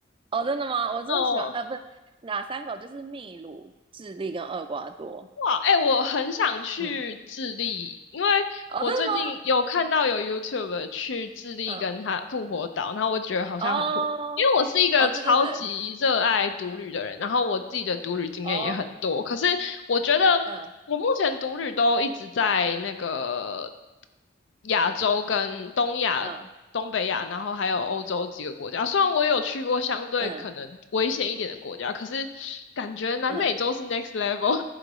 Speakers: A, on the right; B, on the left.
A: 哦，真的吗？我最喜欢呃，
B: <laughs> 哦。
A: 不是哪三个？就是秘鲁、智利跟厄瓜多。
B: 哇，哎、我很想去智利，
A: 嗯，
B: 因为我最近有看到有
A: 哦，真的吗？
B: YouTube 去智利跟他复活岛，
A: 嗯。
B: 然后我觉得好像很酷，
A: 哦，
B: 因为我是一个超级热爱独旅的人，
A: 哦，对对对，嗯，
B: 然后我自己的独旅经验也很多，
A: 哦，
B: 可是我觉得
A: 嗯
B: 我目前独旅都一直在那个亚洲跟东亚。
A: 嗯
B: 东北亚，然后还有欧洲几个国家。虽然我有去过相对可能危险一点的国家，
A: 嗯
B: 可是感觉南美洲是
A: 嗯，
B: next level。